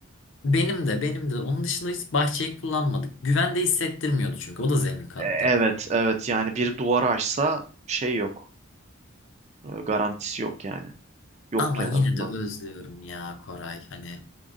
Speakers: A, on the left; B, on the right.
A: Benim de benim de. Onun dışında hiç bahçeyi kullanmadık. Güvende hissettirmiyordu çünkü o da zemin kattı.
B: E, evet evet yani bir duvarı aşsa şey yok E, garantisi yok yani yoktu
A: Ama
B: en
A: yine
B: azından.
A: de özlüyorum ya Koray. Hani